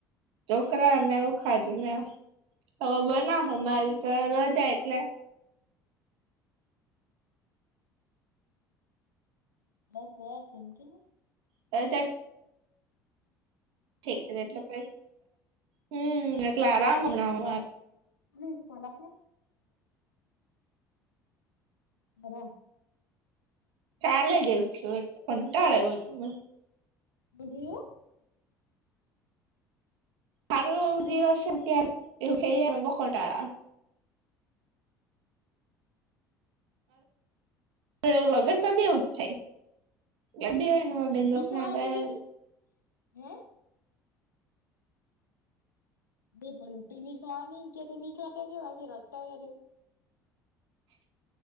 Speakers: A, on the right; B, on the left.
A: છોકરા નેવું ખાજુ ને ખબર ના અમારી તો રજા એટલે
B: ઓ કહ શેકી ને
A: તોજ ઠક છે એટલે પ હમ એટલે આરામ હમણા
B: મ સ્થના થ હલો
A: કાલે જયું છું હો કંટાળ્યો છ મ
B: અલે હો
A: સારો દિવસ ત્યા એવ કટારો આવે એવ લગ્નમાં બ એવું જ થાય એ બી હોય બેનલોક
B: ની ખાવાની
A: નાગયા
B: હતી કે હે <unintelligible>